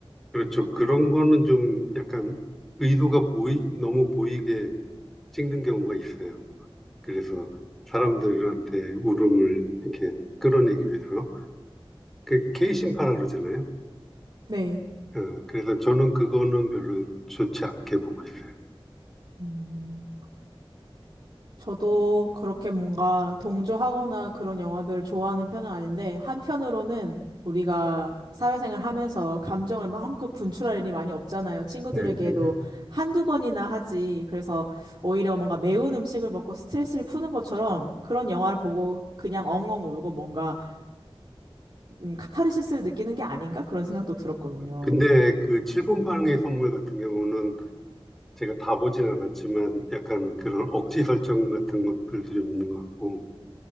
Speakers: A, in the centre; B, on the right.
A: 그렇죠. 그런 거는 좀 약간 의도가 보이, 너무 보이게 찍는 경우가 있어요. 그래서 사람들한테 울음을 이렇게 끌어내기 위해서. 그 케이신파라 그러잖아요.
B: 네.
A: 어, 그래서 저는 그거는 별로 좋지 않게 보고 있어요.
B: 음. 저도 그렇게 뭔가 동조하거나 그런 영화들을 좋아하는 편은 아닌데, 한편으로는 우리가 사회생활 하면서 감정을 마음껏 분출할 일이 많이 없잖아요. 친구들에게도
A: 네, 네.
B: 한두 번이나 하지. 그래서 오히려 뭔가 매운 음식을 먹고 스트레스를 푸는 것처럼 그런 영화를 보고 그냥 엉엉 울고 뭔가 음, 카타르시스를 느끼는 게 아닌가? 그런 생각도 들었거든요.
A: 근데 그 7분방의 선물 같은 경우는 제가 다 보진 않았지만 약간 그런 억지 설정 같은 것들도 좀 있는 것 같고.